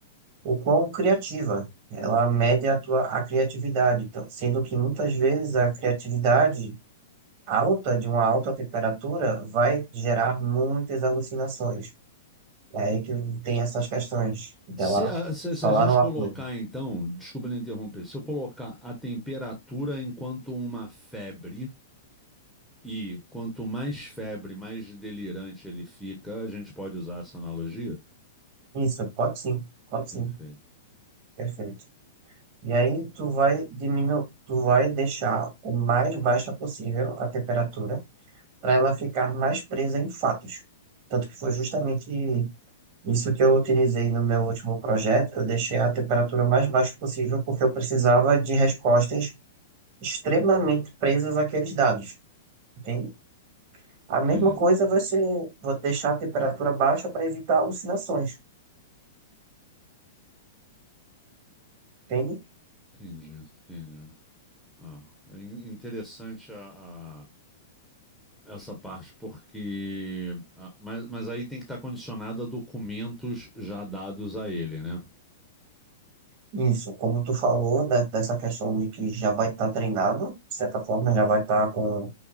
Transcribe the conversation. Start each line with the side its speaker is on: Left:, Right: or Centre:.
Right: o quão criativa. Ela mede a tua a criatividade, Então, sendo que muitas vezes a criatividade alta, de uma alta temperatura, vai gerar muitas alucinações. É aí que tem essas questões dela
Centre: Se a, se- se
Right: falar
Centre: a gente
Right: uma
Centre: colocar,
Right: coisa.
Centre: então, desculpa lhe interromper, se eu colocar a temperatura enquanto uma febre, e quanto mais febre, mais delirante ele fica, a gente pode usar essa analogia?
Right: Isso, pode sim, pode
Centre: Perfeito.
Right: sim, perfeito. E aí tu vai diminuir, tu vai deixar o mais baixa possível a temperatura para ela ficar mais presa em fatos. Tanto que foi justamente isso que eu utilizei no meu último projeto. Eu deixei a temperatura mais baixa possível porque eu precisava de respostas extremamente presas àqueles dados, entende? A mesma
Centre: Entendi.
Right: coisa vai ser, vou deixar a temperatura baixa para evitar alucinações, entende?
Centre: Entendi, entendi. Ah, é in- interessante a, a- essa parte, porque. ah, mas, mas aí tem que estar condicionado a documentos já dados a ele, né?
Right: Isso, como tu falou, da- dessa questão de que já vai estar treinado, de certa forma já vai estar com